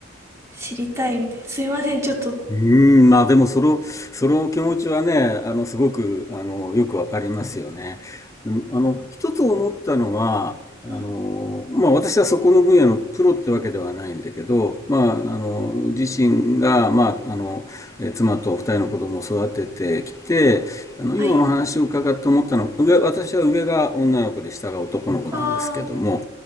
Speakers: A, on the right (about 15°); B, on the left (about 15°).
A: 知りたいみたいな。すいません、ちょっと。
B: うーん、まあでもその、その気持ちはね、あの、すごく、あの、よくわかりますよね。でもあの、一つ思ったのは、あの、
A: うん、
B: まあ私はそこの分野のプロってわけではないんだけど、まあ、あの、自身が、まあ、あの、え妻と二人の子供を育ててきて、あの、
A: はい。
B: 今の話を伺って思ったのは、上、私は上が女の子で下が男の子なんですけども、
A: ああ、は